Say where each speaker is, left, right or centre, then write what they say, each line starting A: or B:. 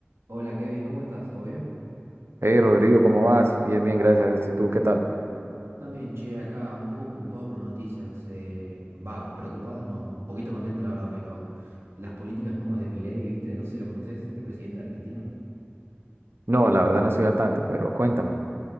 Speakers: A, on the right (about 80°); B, on the right (about 65°).
A: Hola Kevin, ¿cómo estás? ¿Todo bien?
B: Hey Rodrigo, ¿cómo vas? Bien, bien, gracias. ¿Y tú qué tal?
A: También, che, acá un poco preocupado por las noticias. eh, Va, preocupado no, un poquito contento la verdad, pero las políticas nuevas de Milei, ¿viste? No sé si lo conoces, el presidente de Argentina.
B: No, la verdad no estoy al tanto, pero cuéntame.